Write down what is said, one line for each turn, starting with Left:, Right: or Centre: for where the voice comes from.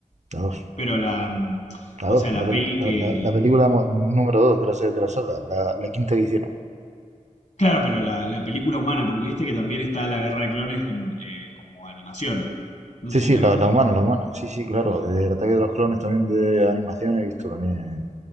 Right: La 2.
Left: pero la... mm,
Right: La
Left: O
Right: 2.
Left: sea, la
Right: la, pel-
Left: peli
Right: la-
Left: que...
Right: la- la película mo- número dos, de la serie de la saga, la, la quinta edición.
Left: Claro, pero la, la película humana, porque viste que también está la guerra de clones en, eh, como animación. No
Right: Sí,
Left: sé
Right: sí,
Left: si la
Right: la,
Left: viste.
Right: la humana, la humana. Sí, sí, claro. Del ataque de los clones también de animación he visto también